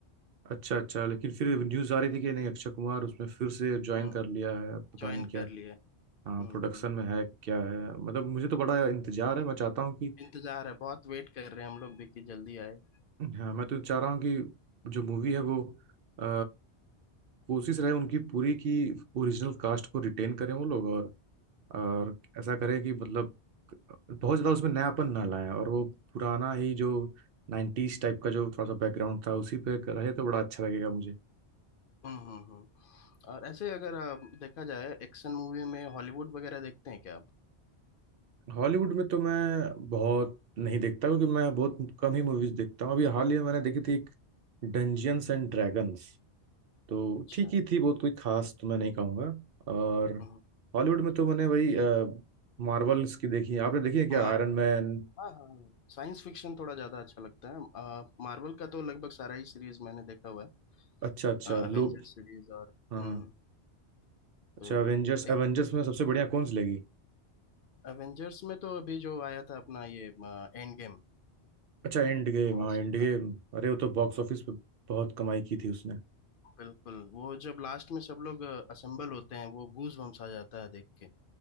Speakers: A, on the right; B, on the left.
A: अच्छा अच्छा लेकिन फिर न्यूज आ रही थी कि नहीं अक्षय कुमार उसमें फिर से ज्वाइन
B: हम्म
A: कर लिया है अब पता
B: ज्वाइन
A: नहीं क्या
B: कर लिए हम्म
A: हाँ प्रोडक्शन
B: हम्म
A: में है कि क्या है मतलब मुझे तो बड़ा इंतजार है मैं चाहता हूँ कि
B: इंतजार है बहुत वेट कर रहे हैं हम लोग देखिए जल्दी आए
A: हाँ मैं तो चाह रहा हूँ कि जो मूवी है वो अ, कोशिश रहे उनकी पूरी की ओरिजिनल कास्ट को रिटेन करें वो लोग और और ऐसा करें कि मतलब बहुत ज़्यादा उसमें नयापन ना लाएं और वो पुराना ही जो नाइन्टीज टाइप का जो थोड़ा सा बैकग्राउंड था उसी पे रहे तो बड़ा अच्छा लगेगा मुझे
B: हम्म हम्म, हम्म। और ऐसे अगर अ, देखा जाए एक्शन मूवी में हॉलीवुड वगैरह देखते हैं क्या आप
A: हॉलीवुड में तो मैं बहुत नहीं देखता क्योंकि मैं बहुत कम ही मूवीज़ देखता हूँ अभी हाल ही में मैंने देखी थी एक डंजियंस एंड ड्रैगन्स तो
B: अच्छा
A: ठीक ही थी बहुत कोई खास तो मैं नहीं कहूँगा और
B: हम्म
A: हॉलीवुड में तो मैंने वही मार्वल्स की देखी है आपने देखी है क्या
B: मार्वल
A: आयरन मैन
B: हाँ हाँ साइंस फिक्शन थोड़ा ज्यादा अच्छा लगता है मार्वल का तो लगभग सारा ही सीरीज मैंने देखा हुआ
A: अच्छा अच्छा
B: है अवेंजर्स
A: लूप
B: सीरीज और
A: हाँ
B: हम्म
A: हाँ अच्छा
B: तो
A: एवेंजर्स
B: एक
A: एवेंजर्स में सबसे बढ़िया कौन सी लगी
B: अवेंजर्स में तो अभी जो आया था अपना ये एंड गेम
A: अच्छा एंड गेम
B: बहुत
A: हाँ एंड
B: सही
A: गेम
B: था
A: अरे वो तो बॉक्स ऑफिस पे बहुत कमाई की थी उसने
B: बिल्कुल वो जब लास्ट में सब लोग असेंबल होते हैं वो गूज बम्स आ जाता है देख के